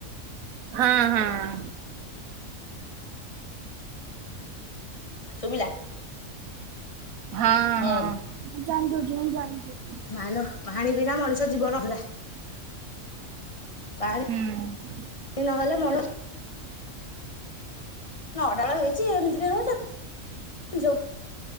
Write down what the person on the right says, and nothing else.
ହଁ ହଁ।
ହଁ।
ଜାଣି ଦଉ ଯୋଇଁ ଜାଣି ଦଉ।
ହୁଁ